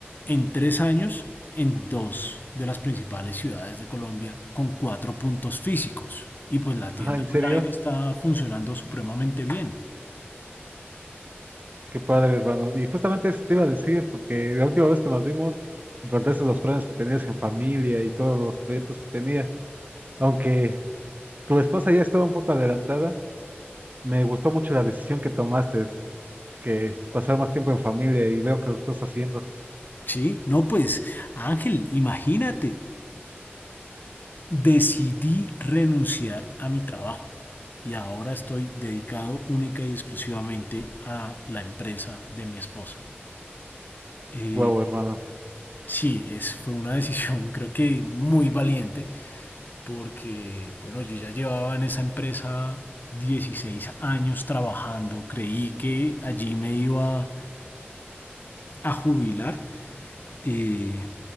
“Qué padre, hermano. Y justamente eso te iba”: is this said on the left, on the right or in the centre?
Right